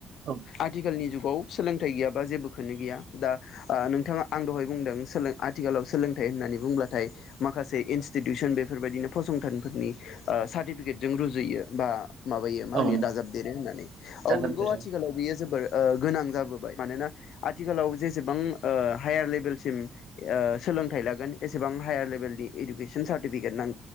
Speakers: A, on the right (about 65°); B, on the left (about 70°).
A: औ
B: आथिखालनि जुग आव सोलोंथाइ गैयाबा जेबोखोनो गैया दा ओ नोंथाङा आं दहाय बुंदों सोलो आथिखालाव सोलोंथाइ होननानै बुंब्लाथाय माखासे इनस्टिउसन बेफोरबायदिनो फसंथान फोरनि ओ सार्टिफिकेटजों रुजुयो बा माबायो मा
A: औ
B: होनो दाजाब देरो होननानै औ
A: जागोन
B: नोंगौ
A: दे
B: आथिखालाव बेयो जोबोर ओ गोनां जाबोबाय मानोना आथिखालाव जेसेबां ओ हायार लेभेलसिम ओ सोलोंथाइ लागोन एसेबां हायार लेभेलनि इडुकेसन सार्टिफिकेट नां गोन